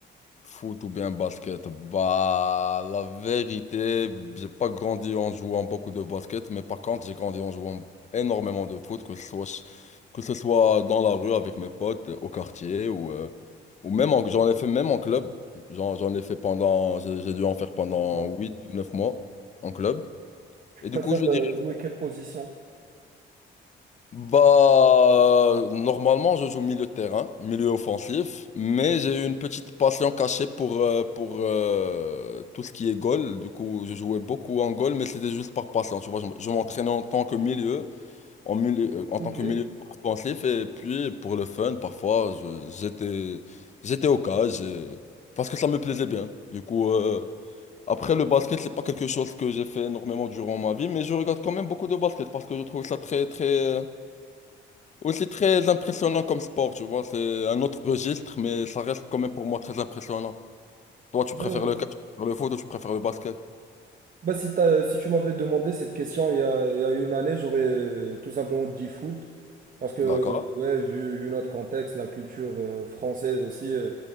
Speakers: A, on the left; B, on the right.
A: Foot ou bien basket? Bah, la vérité, j'ai pas grandi en jouant beaucoup de basket, mais par contre, j'ai grandi en jouant énormément de foot, que ce soit, ch- que ce soit dans la rue avec mes potes, au quartier ou. euh, Ou même en- j'en ai fait même en club. J'en, j'en ai fait pendant, j'ai j'ai dû en faire pendant
B: Bon.
A: huit ou 9 mois en club.
B: Tu
A: Et
B: préfères
A: du coup, je dirais,
B: euh, jouer quelle position?
A: bah, normalement, je joue milieu de terrain, milieu offensif, mais j'ai eu une petite passion cachée pour, euh, pour euh, tout ce qui est goal. Du coup, je jouais beaucoup en goal, mais c'était juste par passion. Tu vois, je, m- je m'entraînais en tant que milieu, en, milieu- euh, en
B: Ok.
A: tant que
B: Ouais,
A: milieu offensif et puis pour le fun, parfois, je- j'étais, j'étais au cage et- parce que ça me plaisait bien. Du coup, euh, après le basket, c'est pas quelque chose que j'ai fait énormément durant ma vie, mais je regarde quand même beaucoup de basket parce que je trouve ça très, très, euh, aussi très impressionnant comme sport, tu vois. C'est un autre registre, mais ça reste quand même pour moi très impressionnant. Toi, tu
B: ouais.
A: préfères le catch, tu préfères le foot ou tu préfères le basket?
B: Bah, si t'as- si tu m'avais demandé cette question il y a, il y a une année, j'aurais euh, tout simplement dit foot. Parce que, euh,
A: D'accord.
B: ouais, vu, vu notre contexte, la culture euh, française aussi, euh,